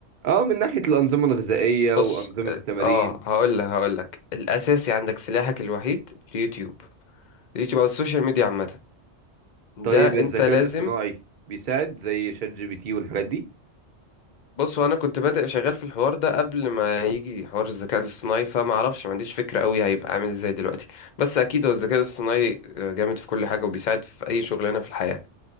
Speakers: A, on the right; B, on the left.
A: اه من ناحيه الانظمه الغذائيه وانظمه
B: بص اه
A: التمارين
B: آه، هقول لك هقول لك الاساسي عندك سلاحك الوحيد اليوتيوب اليوتيوب او السوشيال ميديا عامه
A: طيب
B: ده
A: الذكاء
B: انت لازم
A: الاصطناعي بيساعد زي شات جي بي تي والحاجات دي
B: بص وانا كنت بادئ شغال في الحوار ده قبل ما يجي حوار الذكاء الاصطناعي فما اعرفش ما عنديش فكره قوي هيبقى عامل ازاي دلوقتي بس اكيد هو الذكاء الاصطناعي آه، جامد في كل حاجه وبيساعد في اي شغلانه في الحياه